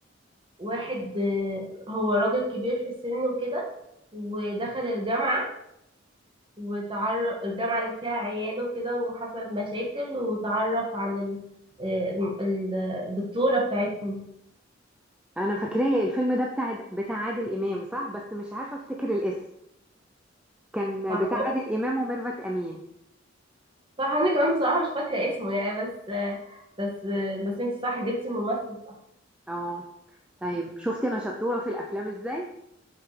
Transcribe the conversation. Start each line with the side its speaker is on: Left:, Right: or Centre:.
Right: واحد أه هو راجل كبير في السن وكده ودخل الجامعه وتعرف الجامعه اللي فيها عياله وكده وحصل مشاكل وتعرف على ال- آه، الم- الدكتوره بتاعتهم
Centre: انا فاكراه الفيلم ده بتاع بتاع عادل امام صح بس مش عارفه افتكر الاسم كان
Right: صح
Centre: بتاع عادل امام وميرفت امين
Right: صح انا كمان بصراحه مش فاكره اسمه يعني بس بس بس انت صح جبتي الممثل صح
Centre: اه طيب شفت انا شطوره في الافلام ازاي